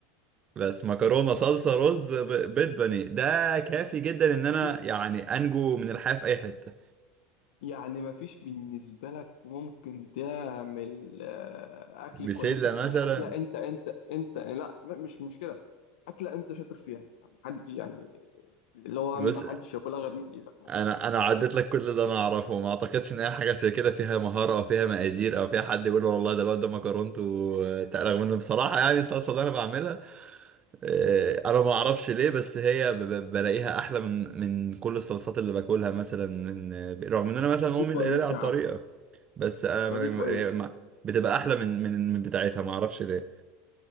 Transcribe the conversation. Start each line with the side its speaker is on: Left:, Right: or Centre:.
Right: بس مكرونه صلصه رز ب- بيض بانيه ده كافي جدا ان انا
Left: مفيش
Right: يعني انجو من الحياه في اي حته
Left: يعني مفيش بالنسبة لك ممكن تعمل آه، أكل
Right: بسله
Left: كويسة
Right: مثلا
Left: يعني أكلة أنت أنت أنت لا م- مش مش كده أكلة أنت شاطر فيها حد يعني اللي هو
Right: بس
Left: ما حدش ياكلها غير من إيدك
Right: انا
Left: مثلا
Right: انا عديت لك كل اللي انا اعرفه ما اعتقدش ان اي حاجه زي كده فيها مهاره او فيها مقادير او فيها حد يقول والله ده الواد ده مكرونته وت- رغم ان بصراحه يعني الصلصه اللي انا بعملها آه، انا ما اعرفش ليه بس هي ب- ب- بلاقيها احلى من من كل الصلصات اللي باكلها مثلا من رغم ان انا مثلا
Left: دي
Right: امي
Left: كويسة
Right: اللي قايله لي على الطريقه
Left: يا عم
Right: بس انا ما-
Left: دي كويسة
Right: ما- بتبقى احلى من من من بتاعتها ما اعرفش ليه